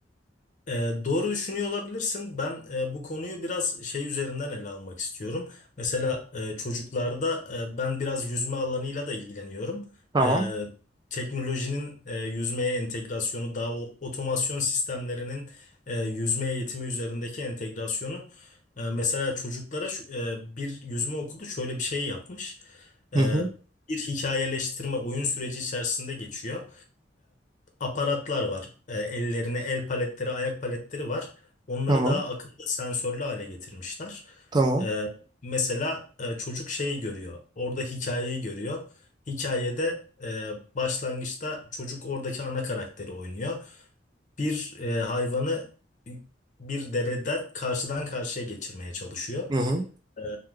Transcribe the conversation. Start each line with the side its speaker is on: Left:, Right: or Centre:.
Left: E, doğru düşünüyor olabilirsin. Ben e, bu konuyu biraz şey üzerinden ele almak istiyorum. Mesela e, çocuklarda e, ben biraz yüzme alanıyla da ilgileniyorum.
Right: Tamam.
Left: E, teknolojinin e, yüzmeye entegrasyonu, daha o- otomasyon sistemlerinin e, yüzme eğitimi üzerindeki entegrasyonu. E, mesela çocuklara şu- e, bir yüzme okulu şöyle bir şey yapmış. E,
Right: Hı hı.
Left: bir hikayeleştirme oyun süreci içerisinde geçiyor aparatlar var. E, ellerine el paletleri, ayak paletleri var. Onları
Right: Tamam.
Left: daha akıllı sensörlü hale getirmişler.
Right: Tamam.
Left: E, mesela e, çocuk şeyi görüyor. Orada hikayeyi görüyor. Hikayede e, başlangıçta çocuk oradaki ana karakteri oynuyor. Bir e, hayvanı bir dereden karşıdan karşıya geçirmeye çalışıyor.
Right: Hı hı.
Left: E,